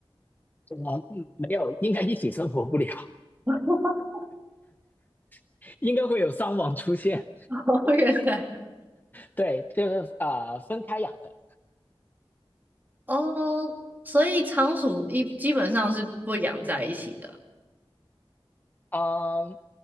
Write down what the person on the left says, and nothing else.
我没有，应该一起生活不了，
<laughs> 应该会有伤亡出现。
对，就是呃分开养的。
嗯，